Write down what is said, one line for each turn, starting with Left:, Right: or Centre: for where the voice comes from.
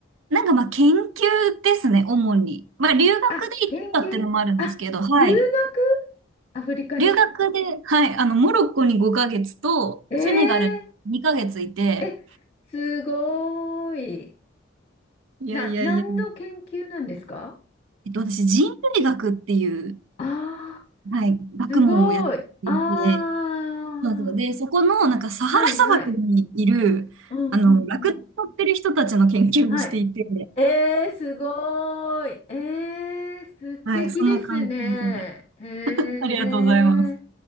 Right: なんかまあ研究ですね、主に。まあ留学で行ってたっていうのもあるんですけど、
Left: あ、研究あ、
Right: はい。
Left: 留学アフリカに
Right: 留学で、はい、あの、モロッコに5ヶ月と、
Left: ええ
Right: セネガルに2ヶ月いて、
Left: え、すごーい。
Right: いやいやいや、
Left: な、何の研究なんですか
Right: えっと、私、人類学っていう、
Left: あ
Right: はい、学問をやっていて、
Left: すごい。ああ、
Right: そうなんですよ、でそこのなんかサハラ砂漠にいる、
Left: はいはい。うんうんうん。
Right: あの、ラクダに乗ってる人たちの研究をしていて、
Left: はい。えー、すごーい。えー、素敵ですね。
Right: はい、その関係で。
Left: へえ。
Right: ありがとうございます。